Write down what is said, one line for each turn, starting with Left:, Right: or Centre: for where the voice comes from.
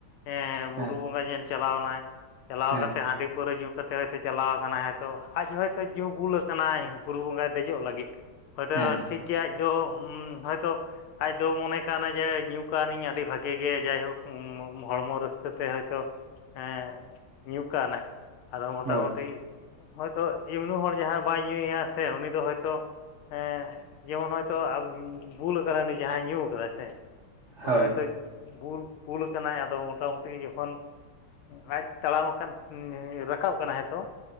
Left: ᱮ ᱵᱩᱨᱩ
Right: ᱦᱮᱸ
Left: ᱵᱚᱸᱜᱟ ᱧᱮᱞ ᱪᱟᱞᱟᱣ ᱮᱱᱟᱭ ᱪᱟᱞᱟᱣ
Right: ᱦᱮᱸ
Left: ᱠᱟᱛᱮ ᱦᱟᱺᱰᱤ ᱯᱟᱹᱣᱨᱟᱹ ᱧᱩ ᱠᱟᱛᱮ ᱦᱚᱭᱛᱳ ᱪᱟᱞᱟᱣ ᱟᱠᱟᱱᱟᱭ, ᱦᱚᱭᱛᱳ ᱟᱡ ᱦᱚᱳᱭᱛᱳ ᱧᱩ ᱵᱩᱞ ᱟᱠᱟᱱᱟᱭ ᱵᱩᱨᱩ ᱵᱚᱸᱜᱟᱭ ᱫᱮᱡᱚᱜ ᱞᱟᱹᱜᱤᱫ ᱦᱳᱭᱛᱳ
Right: ᱦᱮᱸ
Left: ᱴᱷᱤᱠ ᱜᱮᱭᱟ ᱟᱡ ᱫᱚ ᱦᱚᱳᱭᱛᱳ ᱟᱡ ᱫᱚ ᱢᱚᱱᱮ ᱠᱟᱱᱟ ᱡᱮ ᱧᱩ ᱠᱟᱹᱱᱤᱧ ᱟᱹᱰᱤ ᱵᱷᱟᱜᱤ ᱜᱮ ᱡᱟᱭᱦᱳᱠ ᱦᱚᱲᱢᱚ ᱨᱟᱹᱥᱠᱟᱹ ᱛᱮ ᱦᱚᱭᱛᱳ ᱦᱮᱸ ᱧᱩ ᱠᱟᱣᱱᱟᱭ ᱟᱫᱚ ᱢᱚᱴᱟᱢᱩᱴᱤ
Right: ᱦᱳᱭ
Left: ᱦᱚᱭᱛᱳ ᱮᱢᱱᱤ ᱦᱚᱲ ᱡᱟᱦᱟᱸᱭ ᱵᱟᱭ ᱧᱩᱭᱟ ᱥᱮ ᱩᱱᱤ ᱫᱚ ᱦᱚᱭᱛᱳ ᱦᱮᱸ ᱡᱮᱢᱚᱱ ᱦᱚᱭᱛᱚ ᱵᱩᱞ ᱟᱠᱟᱱᱟᱭ ᱩᱱᱤ ᱡᱟᱦᱟᱸᱭ ᱧᱩ ᱠᱟᱫᱟᱭ ᱥᱮ ᱩᱱᱤ
Right: ᱦᱳᱭ
Left: ᱦᱚᱭᱛᱳᱭ ᱵᱩᱞ, ᱵᱩᱞ ᱠᱟᱱᱟᱭ ᱟᱫᱚ ᱢᱳᱴᱟᱢᱩᱴᱤ ᱡᱚᱠᱷᱚᱱ ᱟᱡ ᱛᱟᱲᱟᱢ ᱟᱠᱟᱫ ᱨᱟᱠᱟᱵ ᱠᱟᱱᱟᱭ ᱦᱚᱭᱛᱚ